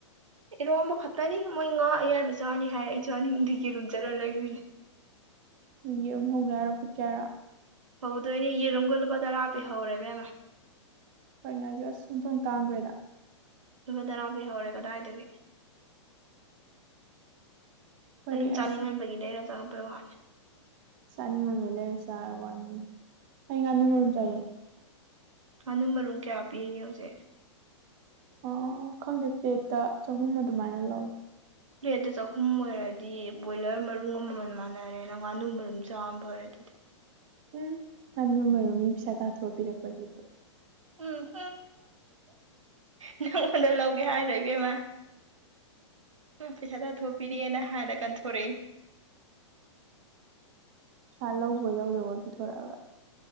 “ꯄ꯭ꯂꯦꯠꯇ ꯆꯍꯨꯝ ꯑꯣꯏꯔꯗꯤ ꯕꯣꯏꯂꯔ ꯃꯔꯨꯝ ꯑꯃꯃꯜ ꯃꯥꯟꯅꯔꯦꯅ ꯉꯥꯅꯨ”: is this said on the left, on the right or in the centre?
Right